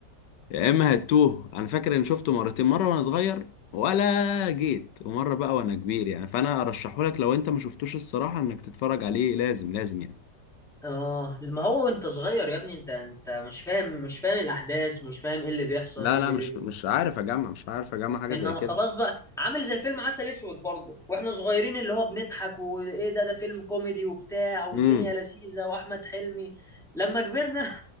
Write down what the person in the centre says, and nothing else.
اه ما هو وانت صغير يا ابني انت انت مش فاهم مش فاهم الاحداث مش فاهم ايه اللي بيحصل
ايه اللي
بيجي
انما
خلاص بقى عامل زي فيلم عسل اسود برضه واحنا صغيرين اللي هو بنضحك وايه ده ده فيلم كوميدي وبتاع والدنيا
لذيذة واحمد حلمي لما كبرنا